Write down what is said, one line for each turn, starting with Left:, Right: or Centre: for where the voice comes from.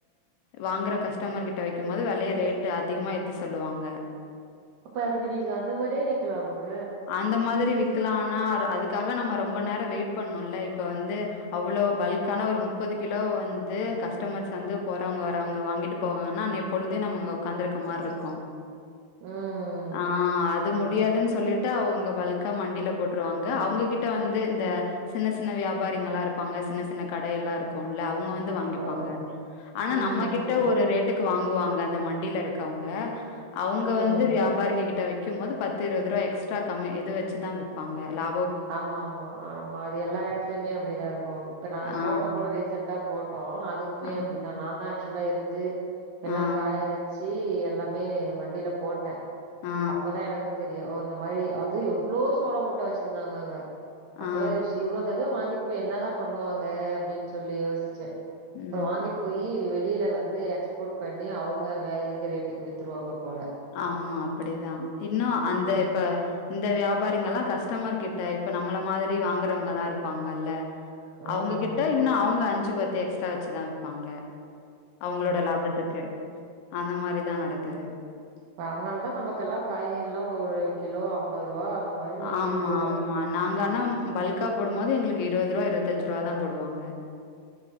Left: வாங்குற கஸ்டமர் கிட்ட விக்கும் போது வெலய ரேட்டு அதிகமா எத்தி சொல்லுவாங்க
Right: அப்ப அதுக்கு நீங்க அந்த மாரியே விக்கலாமுங்க
Left: அந்த மாதிரி விக்கலா ஆனா அதுக்காக நம்ம ரொம்ப நேரம் வெயிட் பண்ணும்ல இப்போ வந்து அவ்ளோ பல்க்கான ஒரு முப்பது கிலோ வந்து கஸ்டமர்ஸ் வந்து போறவங்க வரவங்க வாங்கிட்டு போவாங்கன்னா பொழுதே நம்ம இங்க ஒக்காந்துருக்க மாரிருக்கோ
Right: ம்
Left: ஆ அது முடியாதுன் சொல்லிட் டு அவங்க பல்க்கா மண்டில போட்டுருவாங்க அவங்ககிட்ட வந்து இந்த சின்ன சின்ன வியாபாரிங்கல்லா இருப்பாங்க சின்ன சின்ன கடையெல்லா இருக்கு ல்ல அவங்க வந்து வாங்கிப்பாங்க
Right: ஓ
Left: ஆனா
Right: ம்
Left: நம்ம கிட்ட ஒரு ரேட் டுக்கு வாங்குவாங்க அந்த மண்டில இருக்கவங்க அவங்க
Right: ம்
Left: வந்து
Right: ம்
Left: வியாபாரிங்க கிட்ட வைக்கும் போது பத்து து இருவது ருவா எக்ஸ்ட்ரா கம்மி இது வச்சுதா இருப்பாங்க லா
Right: ஆமா ஆமா ஆமா அது எல்லா எடத்துலயுமே அப்டிதா இருக்கு இப்ப நாங்க
Left: ஆ
Right: சோழோ கூட ரீசன்டா போட்டோ அதுக்குமே
Left: ஆ
Right: அப்டிதா நான்தா ஆக்சுவலா அப்டிதா இருந்து எல்லா
Left: ஆ
Right: காய வச்சு எல்லாமே மண்டில போட்டே
Left: ஆ
Right: அப்பதா எனக்கு தெரியு இந்த மாரி அது எவ்ளோ சோள மூட்ட வச்சுருந்தாங்க அங்க
Left: ஆ
Right: அப்பதா
Left: ஆ
Right: யோசிச்சே இவ்ளோ தத வாங்கிட் போய் என்னதா பண்ணுவாங்க அப்டின் சொல்லி யோசிச்சே
Left: ம்
Right: அப்புற வாங்கிட் போயி வெளில வந்து எக்ஸ்போர்ட் பண்ணி அவங்க வேதிக ரேட்டுக்கு வித் ருவாங்க போல
Left: ஆமா அப்டிதா இன்னு அந்த
Right: ம்
Left: இப்ப இந்த வியாபாரிங்கல்லா கஸ்டமர் கிட்ட இப்ப நம்மள மாதிரி வாங்குறவங்கல்லா இருப்பாங்கல்ல
Right: ம்
Left: அவங்ககிட்ட இன்னு அவுங்க அஞ்சு பத்து எக்ஸ்ட்ரா வச்சுதா விப்பாங்க அவங்களோட
Right: ம்
Left: லாபத்துக்கு அந்த மாரிதா நடக்குது
Right: இப்ப அதனால தான் நமக்குெல்லா காய்கறில்லா ஒரு கிலோ ஐம்பது ருவா அந்த மாரின் விக்குது
Left: ஆமா
Right: போல
Left: ஆமா நாங்க ஆனா பல்கா போடும்போது எங்களுக்கு இருபது ருவா இருவத்தஞ்சு ருவாதா போடுவாங்க